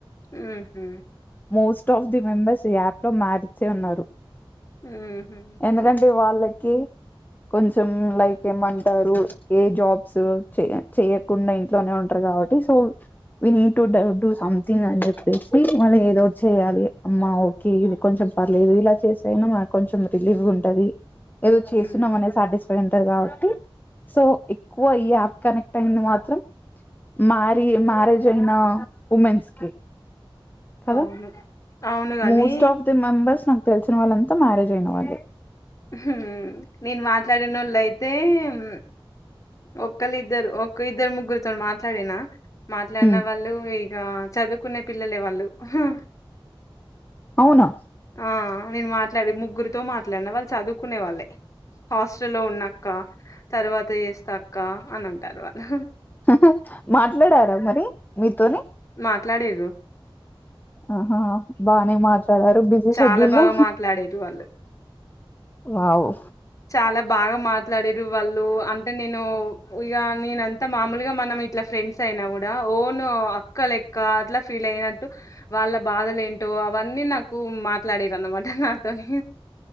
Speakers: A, on the left; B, on the left.
A: ఉ హు
B: మోస్ట్ ఆఫ్ ది మెంబర్స్ ఈ యాప్ లో మారిచే ఉన్నారు
A: ఉహు
B: ఎందుకంటే వాళ్ళక్ కే కొంచెం లైక్ ఏమంటారు ఏ జాబ్స్ చెయ చేయకుండా ఇంట్లోనే ఉంటారు కాబట్టి so we need to do to something అని చెప్పేసి మళ్ళీ ఏ లోడ్ చేయాలి అమ్మా ఓకే ఇది కొంచెం పర్లేదు ఇలా చేసే అయినా మ కొంచెం రిలీఫ్గా ఉంటది ఏదో చేస్తున్నాం
A: ఉమ్
B: అనే సాటిస్ఫై ఒళ్ళంతా కాబట్టి సో ఎక్కువ ఈ యాప్ కనెక్ట్ అయింది మాత్రం మ్యారి మ్యారేజ్ అయిన ఉమెన్స్ కి కదా
A: అవును అవును గాని
B: మోస్ట్ ఆఫ్ ది మెంబర్స్ నా తెలిసిన వాళ్ళంతా మ్యారేజ్ అయిన వాళ్లే
A: హు నిను మాట్లాడినోళ్లు అయి తేమ్ ఒక్కలు ఇద్దరు ఒక ఇద్దరు ముగ్గురితో మాట్లాడేనా మాట్లాడిన
B: ఉమ్,
A: వాళ్ళు ఇగ చదువుకునే పిల్లలే వాళ్ళు హ
B: అవునా
A: ఆ నేను మాట్లాడే ముగ్గురితో మాట్లాడిన వాళ్ళు చదువుకునే వాళ్ళే హాస్టల్లో ఉన్న అక్క తర్వాత ఏస్త అక్క అని అంటారు వాళ్ళు
B: అహ మాట్లాడారా మరి మీతోని
A: మాట్లాడిరు
B: ఆహా బానే మాట్లాడారు బిజీ
A: చాలా
B: షెడ్యూల్
A: బాగా
B: లో
A: మాట్లాడిర్రు వాళ్ళు
B: వావు
A: చాలా బాగా మాట్లాడిరు వాళ్ళు అంటే నేను ఇగ నేనంతా మామూలుగా మనం ఇట్లా ఫ్రెండ్స్ అయినా కూడా ఓను అక్క లెక్క అట్లా ఫీల్ అయినట్టు వాళ్ళ బాధలు ఏంటో అవన్నీ నాకు మాట్లాడిన మాట నాతోని